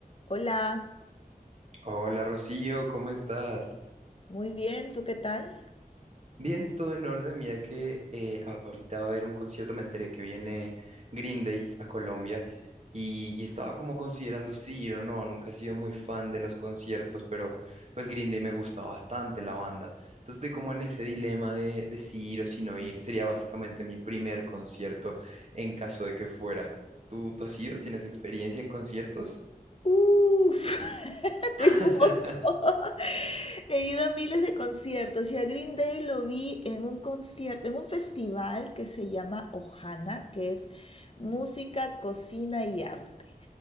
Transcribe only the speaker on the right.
Hola Rocío, ¿cómo estás?
Bien, todo en orden. Mira que eh, ahorita va a haber un concierto, me enteré que viene Green Day a Colombia y, y estaba como considerando si ir o no. Nunca he sido muy fan de los conciertos, pero pues Green Day me gusta bastante la banda. Entonces estoy como en ese dilema de, de si ir o si no ir. Sería básicamente mi primer concierto en caso de que fuera. ¿Tú, tú has ido? ¿Tienes experiencia en conciertos?
<laughs>